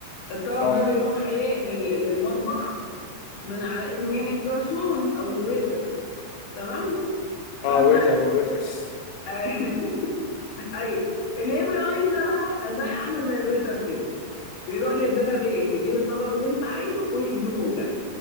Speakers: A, on the left; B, on the left.
A: الطلب
B: صح
A: ده بيروح ايه لل- للمطبخ من على ايد مين الجرسون او الويتر تمام
B: اه
A: فانت
B: الويتر والويترس
A: <laughs> ايوه الاي بي اي ده بقى زي عامل زي الويتر كده بيروح للداتابيز يجيب الطلب اللي انت عايزه ويديهولك